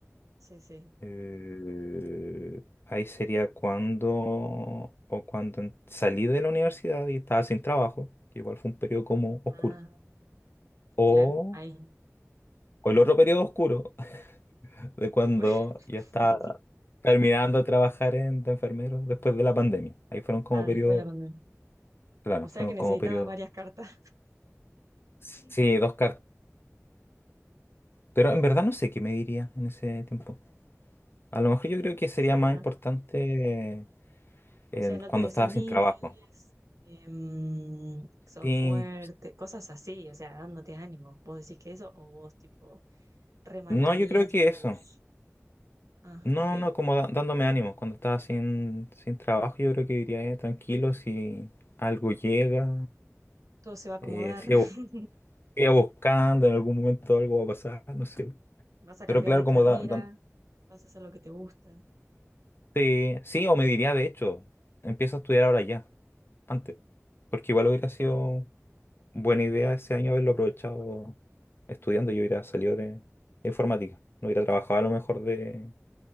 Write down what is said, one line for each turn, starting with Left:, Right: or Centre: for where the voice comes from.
Right: sí, sí.
Left: Eh, ahí sería cuando o cuando en- salí de la universidad y estaba sin trabajo, que igual fue un periodo como oscuro.
Right: Ah,
Left: O,
Right: claro, ahí.
Left: o el otro periodo oscuro <laughs> de cuando
Right: Bueno.
Left: ya estaba
Right: <laughs>
Left: terminando de trabajar en, de enfermero después de la pandemia. Ahí fueron como
Right: Ah,
Left: periodos,
Right: después de la pandemia.
Left: claro,
Right: O sea
Left: fueron
Right: que
Left: como
Right: necesitabas
Left: periodos.
Right: varias cartas.
Left: Sí,
Right: <laughs>
Left: dos cartas. Pero en verdad no sé qué me diría en ese tiempo. A lo mejor yo creo que
Right: O
Left: sería
Right: sea,
Left: más importante eh, en-
Right: o sea, no
Left: cuando
Right: te desanimes,
Left: estaba sin trabajo.
Right: em, sos
Left: Sí,
Right: fuerte, cosas así, o sea, dándote ánimo. ¿Vos decís que eso o vos tipo remarcarías
Left: No, yo creo que
Right: tus...
Left: eso.
Right: Ah,
Left: No,
Right: ok.
Left: no, como da- dándome ánimos. Cuando estaba sin, sin trabajo, yo creo que diría, eh, tranquilo, si algo llega,
Right: Todo se va a acomodar,
Left: eh, sigo,
Right: <laughs>
Left: sigo buscando, en algún momento algo va a pasar, no sé.
Right: vas a
Left: Pero
Right: cambiar
Left: claro,
Right: de carrera,
Left: como da, dan-
Right: vas a hacer lo que te gusta.
Left: sí, sí, o me diría, de hecho, empieza a estudiar ahora ya, antes. Porque igual hubiera sido buena idea ese año haberlo aprovechado estudiando. Yo hubiera salido de, de informática. No hubiera trabajado a lo mejor de,